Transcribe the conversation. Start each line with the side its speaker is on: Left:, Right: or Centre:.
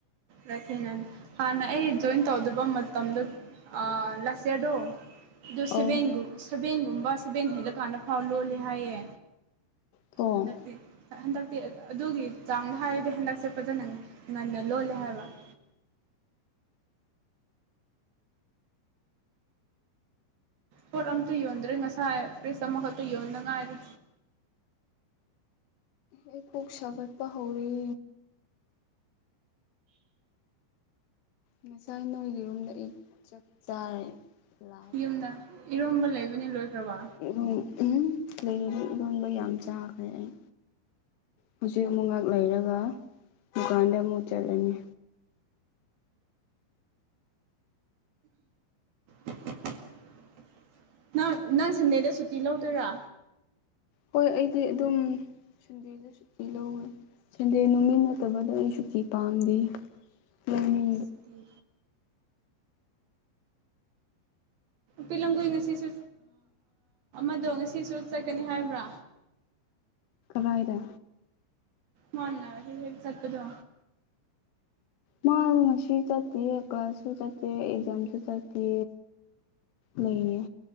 Right: ꯔꯊꯤꯅ ꯍꯥꯟꯅ ꯑꯩ ꯖꯣꯏꯟ ꯇꯧꯗꯕ ꯃꯇꯝꯗ ꯑ ꯂꯥꯁꯦꯗꫭ ꯑꯗꯨ
Left: ꯑꯧ
Right: ꯁꯕꯒ ꯁꯦꯕꯦꯡꯒꯨꯝꯕ ꯁꯕꯦꯟ ꯍꯦꯜꯠꯂꯀꯥꯟꯗ ꯐꯥꯎ ꯂꯣꯜꯂꯦ ꯍꯥꯏꯌꯦ
Left: ꯊꯣꯡ
Right: ꯍꯟꯗ ꯍꯟꯗ ꯑꯗꯨꯒꯤ ꯆꯥꯡꯗ ꯍꯥꯏꯔꯗꯤ ꯍꯟꯗꯛꯁꯦ ꯐꯖꯅ ꯉꯟꯅ ꯂꯣꯜꯂꯦ ꯍꯥꯏꯕ <inaudible> ꯄꯣꯠ ꯑꯝꯇ ꯌꯣꯟꯗ꯭ꯔꯦ ꯉꯁꯥꯏ ꯐ꯭ꯔꯤꯖ ꯑꯃꯈꯛꯇ ꯌꯣꯟꯗꯉꯥꯏꯔꯤ
Left: ꯑꯩ ꯀꯣꯛ ꯁꯥꯒꯠꯄ ꯍꯧꯔ ꯉꯁꯥꯏ ꯅꯣꯏꯒꯤꯔꯨꯝꯗ ꯏ ꯆ ꯆꯥꯔꯦ ꯂ
Right: ꯌꯨꯝꯗ ꯏꯔꯣꯝꯕ ꯂꯩꯕꯅꯤ ꯂꯣꯏꯈ꯭ꯔꯕ
Left: ꯎ ꯂꯩꯗꯤ ꯏꯔꯣꯟꯕ ꯌꯥꯝ ꯆꯥꯈ꯭ꯔꯦ ꯑꯩ ꯍꯧꯖꯤꯛ ꯑꯃꯨꯛ ꯂꯩꯔꯒ ꯗꯨꯀꯥꯟꯗ ꯑꯃꯨꯛ ꯆꯠꯂꯅꯤ
Right: <inaudible> ꯅꯪ ꯅꯪ ꯁꯟꯟꯅꯩꯗ ꯁꯨꯇꯤ ꯂꯧꯗꯣꯏꯔ
Left: ꯍꯣꯏ ꯑꯩꯗꯤ ꯑꯗꯨꯝ ꯁꯟꯗꯦꯗ ꯁꯨꯇꯤ ꯂꯧꯋꯦ ꯁꯟꯗꯦ ꯅꯨꯃꯤꯠ ꯅꯠꯇꯕꯗ ꯑꯩ ꯁꯨꯇꯤ ꯄꯥꯝꯗꯦ ꯂꯅꯤ
Right: ꯇꯗꯤ ꯄꯤꯂꯪꯒꯨ ꯉꯁꯤꯁꯨ ꯑꯗꯣ ꯉꯁꯤꯁꯨ ꯆꯠꯀꯅꯤ ꯍꯥꯏꯕ꯭ꯔꯥ
Left: ꯐꯗ
Right: ꯃꯅ ꯍ ꯍ ꯆꯠꯄꯗ
Left: ꯃꯥ ꯉꯁꯤ ꯆꯠꯇꯦ ꯀ꯭ꯂꯥꯁꯁꯨ ꯆꯠꯇꯦ ꯑꯦꯛꯖꯥꯝꯁꯨ ꯆꯠꯇꯦ ꯂꯩꯔꯌꯦ